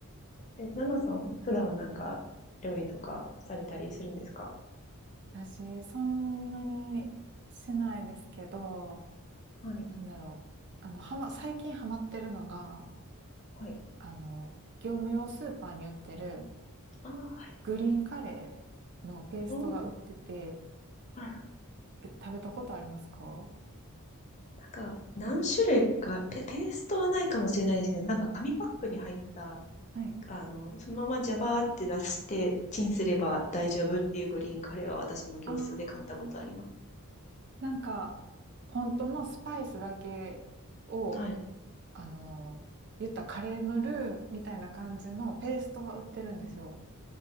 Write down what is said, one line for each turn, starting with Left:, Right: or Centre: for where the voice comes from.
Left: え、ナナさん、普段なんか料理とかされたりするんですか
Right: 私、そんなにしないですけど、
Left: はい。
Right: なんだろう。あの、はま、最近ハマってるのが、
Left: はい。
Right: あの、業務用スーパーに売ってる
Left: ああ、はい。
Right: グリーンカレーのペーストが売ってて、
Left: おー、はい。
Right: え、食べたことありますかは
Left: なんか、何種類か、ペ、ーストはないかもしれないですけど、なんか紙パックに入った、
Right: い。
Left: あの、そのままジャバーって出してチンすれば大丈夫っていうグリーンカレーは私も業スーで買ったことあります。
Right: はい。あー、なんか、本当のスパイスだけを、
Left: はい。
Right: あの、言ったカレーのルーみたいな感じのペーストが売ってるんですよ。
Left: うん